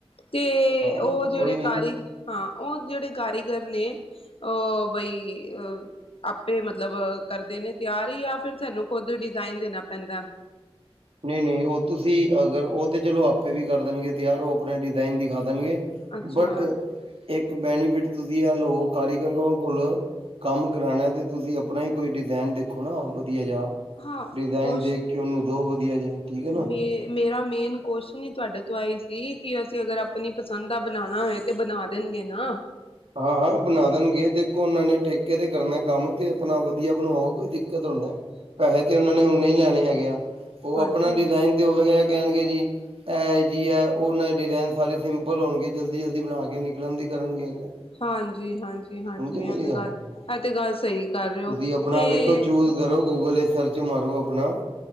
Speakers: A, on the left; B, on the right.
A: ਤੇ
B: ਹਾਂ
A: ਉਹ ਜਿਹੜੇ
B: ਕੋਈ ਨੀ
A: ਕਾਰੀ ਹਾਂ। ਉਹ ਜਿਹੜੇ ਕਾਰੀਗਰ ਨੇਂ ਉਹ ਬਈ ਅ ਆਪੇ ਮੱਤਲਬ ਕਰਦੇਂ ਨੇਂ ਤਿਆਰ ਜਾ ਫ਼ਿਰ ਸਾਨੂੰ ਖੁੱਦ ਡਿਜ਼ਾਈਨ ਦੇਣਾਂ ਪੈਂਦਾਂ।
B: ਨਹੀਂ ਨਹੀਂ ਉਹ ਤੁਸੀਂ ਅਗਰ। ਉਹ ਤੇ ਚਲੋ ਆਪੇ ਵੀ ਕਰ ਦੇਣਗੇ ਤਿਆਰ ਉਹ ਆਪਣੇ ਡਿਜ਼ਾਇਨ ਦਿਖਾ ਦੇਣਗੇ
A: ਅੱਛਾ
B: ਬਟ ਇੱਕ ਬੈਨੀਫਿਟ ਤੁਸੀਂ ਆ ਲੋ ਕਾਰੀਗਰ ਕੋਲ ਕੰਮ ਕਰਾਉਣਾ ਤੇ ਤੁਸੀਂ ਆਪਣਾ ਹੀ ਕੋਈ ਡਿਜ਼ਾਇਨ ਦੇਖੋ ਨਾ ਵਧੀਆ ਜਾ
A: ਹਾਂ
B: ਡਿਜ਼ਾਇਨ
A: ਕੁਸ਼
B: ਦੇਖ ਕੇ ਉਹਨੂੰ <unintelligible> <unintelligible> ਜਾ ਠੀਕ ਹੈ ਨਾ
A: ਮੇ ਮੇਰਾ ਮੇਨ ਕੁਛ ਨਹੀਂ ਤੁਹਾਡੇ ਤੋਂ ਆਈ ਸੀ ਈ ਕਿ ਅਸੀਂ ਅਗਰ ਆਪਣੀ ਪਸੰਦ ਦਾ ਬਣਾਣਾ ਹੋਏ ਤੇ ਬਣਾ ਦੇਣਗੇ ਨਾ?
B: ਹਾਂ-ਹਾਂ, ਬਣਾ ਦੇਣਗੇ ਦੇਖੋ ਉਹਨਾਂ ਨੇ ਠੇਕੇ ਤੇ ਕਰਨਾ ਕੰਮ, ਤੇ ਆਪਣਾ ਵਧੀਆ ਬਣਵਾਓ ਕੋਈ ਦਿੱਕਤ ਥੋੜਾਨੇ, ਪੈਸੇ ਤੇ ਉਹਨਾਂ ਨੇ ਉਨੇ ਹੀ ਲੈਣੇ ਹੈਗੇ ਆ। ਉਹ
A: ਹਾਂਜੀ
B: ਆਪਣਾ ਡਿਜ਼ਾਇਨ ਦਇਓ ਗੇ, ਐ ਕਹਿਣਗੇ ਜੀ ਇਹ ਜੀ ਹੈ ਉਹਨਾਂ ਡਿਜ਼ਾਇਨ ਸਾਰੇ ਸਿੰਪਲ ਹੋਣਗੇ ਜਲਦੀ ਜਲਦੀ ਬਣਾ ਕੇ ਨਿਕਲਣ ਦੀ ਕਰਨਗੇ।
A: ਹਾਂਜੀ-ਹਾਂਜੀ-ਹਾਂਜੀ,
B: ਸਮਝੇ
A: ਇਹ
B: ਮੇਰੀ
A: ਤੇ ਗੱਲ ਇਹ ਤੇ ਗੱਲ ਸਹੀ ਕਰ ਰਹੇ
B: ਤੁਸੀਂ
A: ਹੋ
B: ਆਪਣਾ
A: ਕੋਈ
B: ਵੇਖੋ ਚੂਜ ਕਰੋ ਗੂਗਲ ਤੇ ਸਰਚ ਮਾਰੋ ਆਪਣਾ